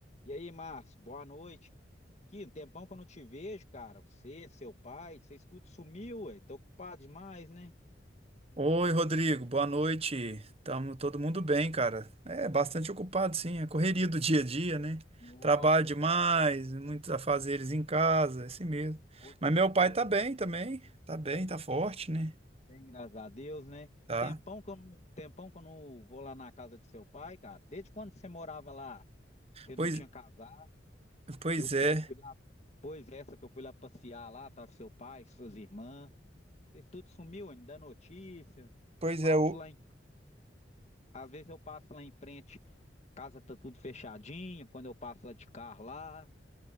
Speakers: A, on the left (about 40°); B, on the right (about 35°).
A: E aí, Márcio, boa noite. Aqui, um tempão que eu não te vejo, cara. Você, seu pai, vocês tudo sumiu, ué. Tô ocupado demais, né?
B: Oi, Rodrigo, boa noite. Tamo todo mundo bem, cara. É bastante ocupado, sim. É correria do dia a dia, né?
A: Nossa,
B: Trabalho demais, muitos afazeres em casa, é assim mesmo.
A: pois
B: Mas meu pai
A: pois
B: tá bem
A: é.
B: também. Tá bem, tá forte, né?
A: Bem, graças a Deus, né?
B: Tá.
A: Tempão que eu não, tempão que eu não vou lá na casa de seu pai, cara. Desde quando você morava lá? Você
B: Pois,
A: não tinha casado?
B: pois
A: Eu que
B: é.
A: eu fui lá, pois essa que eu fui lá passear lá, tava seu pai, suas irmãs. Vocês tudo sumiu, ué, não dá notícia.
B: Pois
A: Passo
B: é, o,
A: lá em, às vezes eu passo lá em frente Casa tá tudo fechadinho, quando eu passo lá de carro lá,